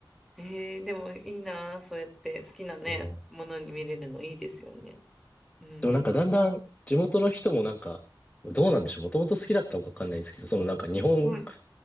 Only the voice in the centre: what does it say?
えー、でもいいなあ、そうやって好きなね、
ものに見れるのいいですよね。うん
うん。